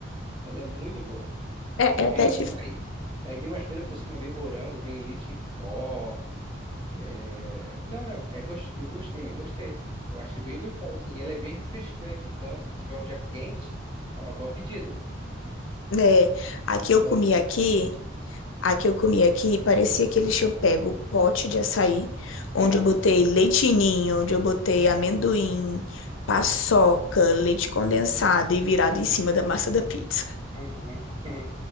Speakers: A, on the right (about 25°); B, on the left (about 80°).
A: Ela é muito boa.
B: É,
A: Que
B: é
A: vem
B: até dif-
A: o açaí, aí vem mais coisa por cima, vem morango, vem leite em pó. é, Não, é, é gost- eu gostei, gostei. Eu achei bem gostosa, assim. E ela é bem refrescante, então se tiver um dia quente, é uma boa pedida.
B: né? Aqui eu
A: Ela
B: comi
A: é geladinha,
B: aqui. A que eu comi aqui parecia que eles tinham pego o pote de açaí, onde
A: virado.
B: eu botei leitinho, onde eu botei amendoim, paçoca, leite condensado e virado em cima da massa da pizza.
A: Aham. <laughs>